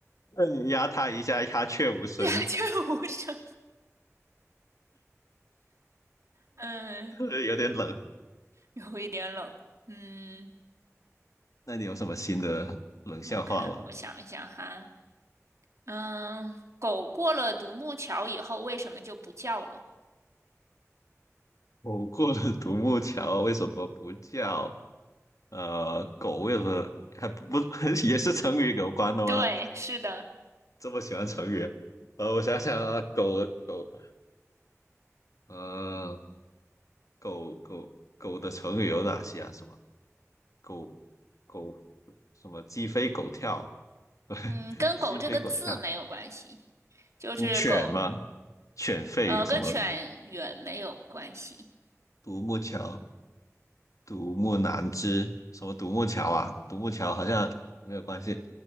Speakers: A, on the left; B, on the right.
A: 对，压它一下，鸦雀无声。
B: <laughs> 鸦雀无声。嗯，
A: 呃有点冷。
B: 有一点冷。嗯，
A: 那你有什么新的冷笑话吗？
B: 我看，我想一想哈。嗯，狗过了独木桥以后，为什么就不叫了？
A: 狗过了独木桥为什么不叫？呃，狗为什么还不 <laughs> 也是成语有关的吗？
B: 对，是的。
A: 这么喜欢成语？呃，我想想啊，狗狗，呃，狗狗狗的成语有哪些啊？什么狗狗什么鸡飞狗跳？<laughs>
B: 嗯，跟狗这个字没有关系，
A: 鸡飞狗跳，
B: 就是狗，
A: 嗯犬吗？犬吠什么？
B: 呃，跟犬远没有关系。
A: 独木桥独木难支，什么独木桥啊？独木桥好像没有关系。